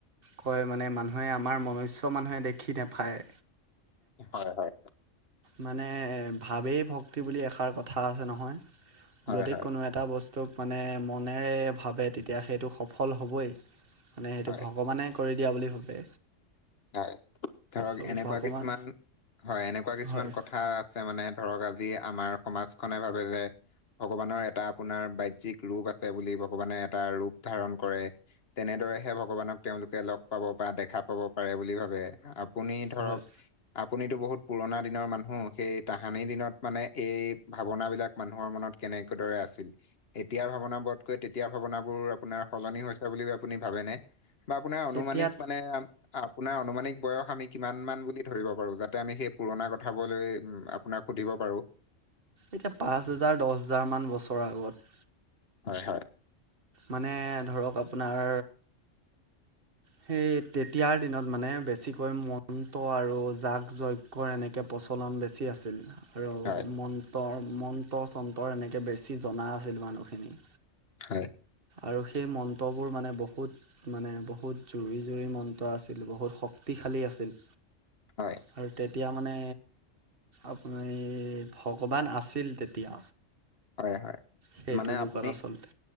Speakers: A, on the right; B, on the left.
A: কয় মানে মানুহে আমাৰ মনুষ্য মানুহে দেখি নেফায়।
B: হয়, হয়।
A: মানে ভাৱেই ভক্তি বুলি এষাৰ কথা আছে নহয়।
B: হয়,
A: যদি
B: হয়,
A: কোনো এটা বস্তুক মানে মনেৰে ভাবে তেতিয়া সেইটো সফল হ'বই। মানে সেইটো
B: হয়,
A: ভগৱানে কৰি দিয়া বুলি ভাবে।
B: হয়, ধৰক
A: আৰু
B: এনেকুৱা
A: ভগৱান
B: কিছুমান, হয় এনেকুৱা কিছুমান
A: হয়
B: কথা আছে মানে ধৰক আজি আমাৰ সমাজখনে ভাবে যে ভগৱানৰ এটা আপোনাৰ বাহ্যিক ৰূপ আছে বুলি, ভগৱানে এটা ৰূপ ধাৰণ কৰে। তেনেদৰে হে ভগৱানক তেওঁলোকে লগ পাব বা দেখা পাব পাৰে বুলি ভাবে। আপুনি ধৰক
A: হয়
B: আপুনিটো বহুত পুৰণা দিনৰ মানুহ। সেই তাহানি দিনত মানে এই ভাৱনা বিলাক মানুহৰ মনত কেনেক দৰে আছিল? এতিয়া ভাৱনাবোৱতকৈ তেতিয়া ভাৱনাবোৰ আপোনাৰ সলনি হৈছে বুলি আপুনি ভাবেনে? বা আপোনাৰ অনুমানিক
A: এতিয়া
B: মানে আপোনাৰ অমানিক বয়স আমি কিমান মান বুলি ধৰিব পাৰো যাতে আমি সেই পুৰণা কথাবোৱলৈ আপোনাক সুধিব পাৰো।
A: এতিয়া পাঁচ হেজাৰ, দছ হেজাৰমান বছৰৰ আগত।
B: হয়, হয়।
A: মানে ধৰক আপোনাৰ সেই তেতিয়াৰ দিনত মানে বেছিকৈ মন্ত্ৰ আৰু জাগ যৈগ কৰা এনেকৈ প্ৰচলন বেছি আছিল। আৰু
B: হয়,
A: মন্ত্ৰ মন্ত্ৰ চন্তৰ এনেকৈ বেছি জনা আছিল মানুহখিনি।
B: হয়।
A: আৰু সেই মন্ত্ৰবোৰ মানে বহুত মানে বহুত জুৰি জুৰি মন্ত্ৰ আছিল, বহুত শক্তিশালী আছিল।
B: হয়।
A: আৰু তেতিয়া মানে আপুনি ভগৱান আছিল তেতিয়া।
B: হয়, হয়।
A: সেইটো
B: মানে
A: যুগত
B: আপুনি
A: আচলতে